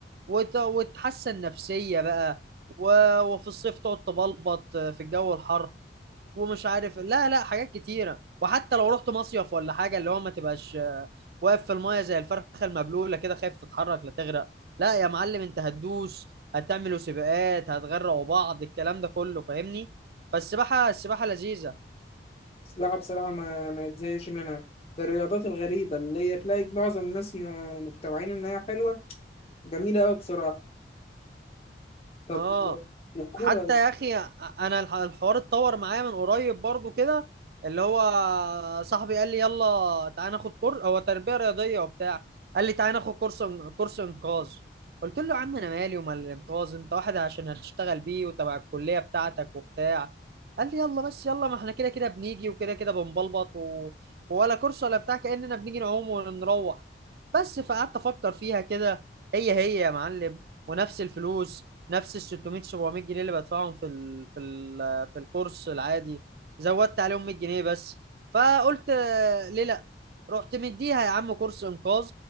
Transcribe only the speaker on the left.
السباحه بصراحه ما ما يتزهقش منها ده الرياضات الغريبه اللي هي تلاقي معظم الناس م- مجتمعين انها حلوه جميله قوي بصراحه طب
والكوره